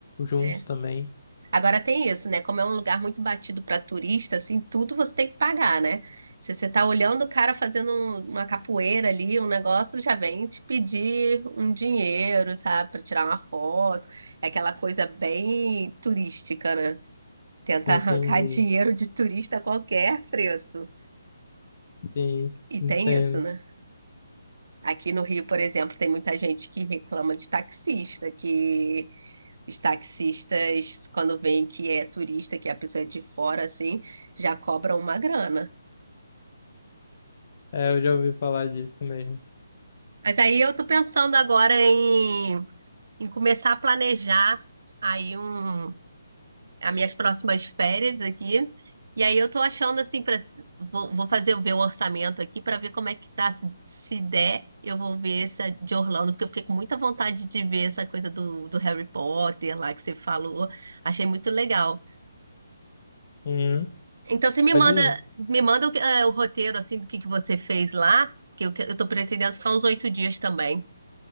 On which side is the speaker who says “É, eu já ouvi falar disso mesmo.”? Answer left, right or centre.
Left